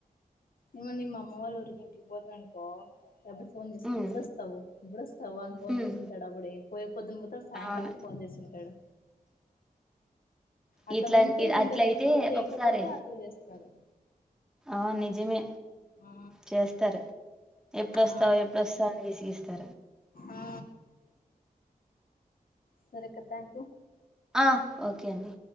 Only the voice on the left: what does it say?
ఇగొండి మా అమ్మ వాళ్ళుఊరికి ఇంటికి పోతున్నానుకో ఎప్పుడు ఫోన్ చేసడు
ఎప్పుడుస్తావు ఎప్పుడు వస్తావు అని ఫోన్
చేసింటాడు అప్పుడే పోయే పొద్దున పోతావ సాయంకాలిక
ఫోన్ చేసింటాడు అట్లా
ఉంటే
ఉండలేకరు
లేకపోతే
అట్లా చేస్తారు
ఆ
ఆ
ఆ సరేక్కథ్యాంక్ యూ